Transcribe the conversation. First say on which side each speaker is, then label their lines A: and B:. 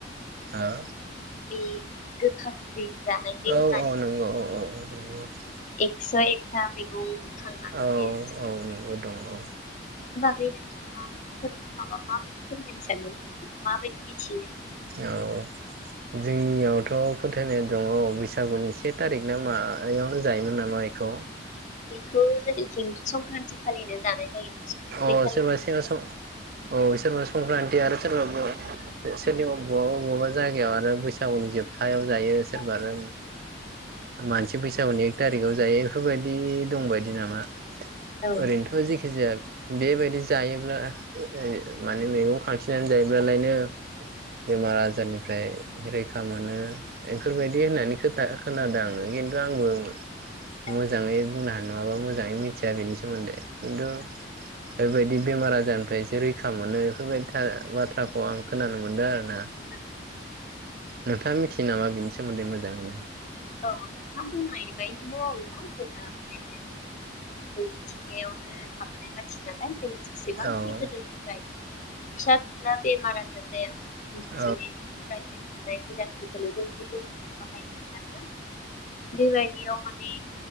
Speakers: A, on the right; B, on the left.
A: हो?
B: बे गोखा जानाय जे होननानै
A: औ अह नंग' अह अह अह नंग'।
B: एकस' एकथा मैगं खांनानै
A: औ
B: जे जों
A: औ नंगौ दङ औ।
B: जे नोंथाङा फोर माबा माबायदि फोरमायनो सानो? माबायदि मिथियो?
A: औ जोंनियावथ' फोथायनाय दङ बैसागुनि से तारिक ना मायावनो जायोमोन नामा इख'?
B: बेखौ जोंनिथिं संक्रान्ति खालिनो जानाय जायो मोसौ थुखै
A: अह
B: खालिनो
A: सोरबा सेबा स अह सोरबा संक्रान्ति आरो सोरबा बुङो सोरनिबा बवाबा बवाबा जायगायाव आरो बैसागुनि जोबथायाव जायो सोरबा
B: औ
A: रों मानसि बैसागुनि एक तारिगाव जायो बेफोरबायदि दंबायदि नामा?
B: औ
A: ओरैनोथ' जिखिजाया बेबायदि जायोब्ला ए ऐ माने मैगं खांथिंनानै जायोब्लालायनो बेमार आजारनिफ्राय रैखा मोनो। बेफोरबायदि होननानै खो खा खोनादों आं खिन्थु आंबो
B: औ
A: मोजाङै बुंनो हानाय नङा बा मोजाङै मिथिया बेनि सोमोन्दै। खिन्थु
B: औ
A: बेबायदि बेमार आजारनिफ्राय एसे रैखा मोनो बेफोरबायदि थार बाथ्राखौ आं खोनानो मोनदों आरोना।
B: <inaudible>
A: नोंथाङा मिथियो नामा बिनि सोमोन्दै मोजाङैनो?
B: औ नोंथां बुंनाय बायदिनो आरोना जोङो माने जों मिथिंगायावनो थाबोनाय मानसि नालाय। जोङो जेसेबांखि
A: औ।
B: गोदोनिफ्रायनो फिसा फिनला बेमार आजार जाया मिथिंगानिफ्रायनो
A: औ
B: मोननाय जिरादफोर <unintelligible> बाहायनो सानदों। बेबायदियाव माने